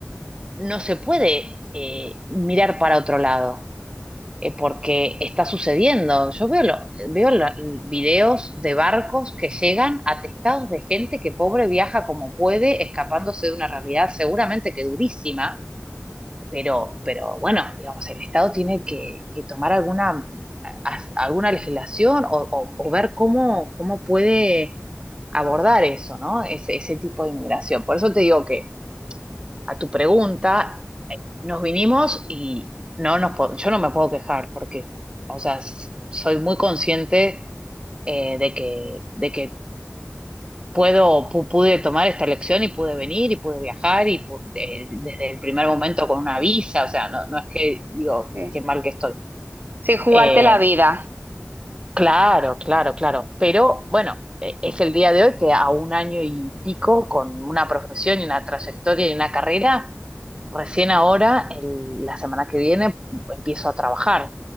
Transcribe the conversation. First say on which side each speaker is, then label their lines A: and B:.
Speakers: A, on the right; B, on the right.
A: no se puede eh, mirar para otro lado, eh, porque está sucediendo. Yo veo, lo- veo la- videos de barcos que llegan atestados de gente que pobre viaja como puede, escapándose de una realidad seguramente que durísima pero, pero bueno, digamos, el Estado tiene que, que tomar alguna, a- alguna legislación o, o- o ver cómo, cómo puede abordar eso, ¿no? Ese, ese tipo de inmigración. Por eso te digo que a tu pregunta, nos vinimos y no nos, po- yo no me puedo quejar porque, o sea, s- soy muy consciente eh, de que, de que puedo, pu- pude tomar esta elección y pude venir y pude viajar y pu- de- desde el primer momento con una visa, o sea, no, no es que digo,
B: sí,
A: qué mal que estoy.
B: sin jugarte
A: Eh,
B: la vida.
A: claro, claro, claro, pero bueno, e- es el día de hoy que a un año y pico con una profesión y una trayectoria y una carrera Recién ahora, el- la semana que viene, empiezo a trabajar